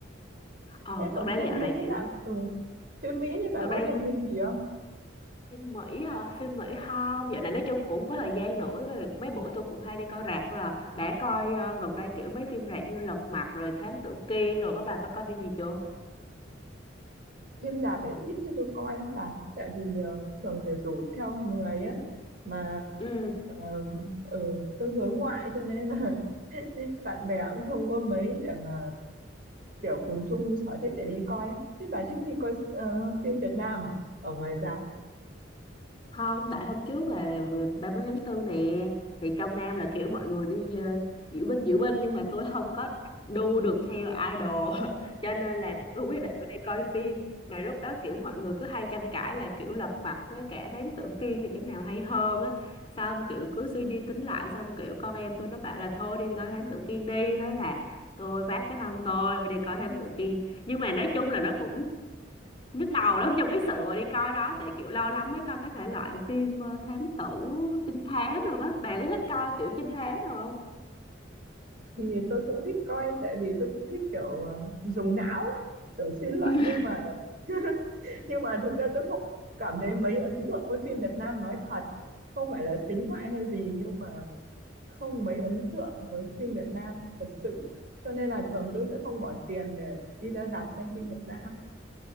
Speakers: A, on the left; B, on the right.
A: ờ
B: thế còn
A: thật ra dạo
B: phim Mỹ
A: này kiểu
B: là ừ, phim Mỹ thì bà
A: thật
B: có
A: ra
B: xem phim gì không
A: phim Mỹ hả phim Mỹ không dạo này nói chung cũng có thời gian nữa rồi mấy bữa tôi cũng hay đi coi rạp thôi à đã coi ờ, gần đây kiểu mấy phim rạp như Lật Mặt rồi Thám Tử Kiên rồi có bà có coi phim gì chưa
B: phim rạp phải ít cho tôi coi lắm bà tại vì ờ, thường phải rủ theo người á mà
A: ừ
B: ờ, ừ, tôi hướng ngoại cho nên là <laughs> bạn bè cũng không có mấy để mà kiểu cùng chung sở thích để đi coi á. Thế bà thích đi coi ờ, phim Việt Nam à? Ở ngoài rạp
A: không tại hôm trước là 30 tháng tư nè thì trong Nam là kiểu mọi người đi ờ, diễu binh diễu binh nhưng mà tôi không có đu được theo idol <laughs> cho nên là tôi quyết định tôi đi coi phim mà lúc đó kiểu mọi người cứ hay tranh cãi là kiểu Lật Mặt với cả Thám Tử Kiên thì cái nào hay hơn á xong kiểu cứ suy đi tính lại xong kiểu con em tôi nó bảo là thôi đi coi Thám Tử Kiên đi thế là tôi vác cái thân tôi đi coi Thám Tử Kiên nhưng mà nói chung là nó cũng nhức đầu lắm trong cái sự mà đi coi đó tại kiểu lâu lắm mới coi cái thể loại phim ờ, thám tử trinh thám rồi đó bạn có thích coi kiểu trinh thám rồi không
B: thì tôi cũng thích coi tại vì tôi cũng thích kiểu ờ, dùng não ấy, kiểu suy luận
A: <laughs>
B: nhưng mà <laughs> nhưng mà thực ra tôi không cảm thấy mấy ấn tượng với phim Việt Nam nói thật không phải là xính ngoại hay gì nhưng mà không mấy ấn tượng với phim Việt Nam thật sự cho nên là thường tôi sẽ không bỏ tiền để đi ra rạp xem phim Việt Nam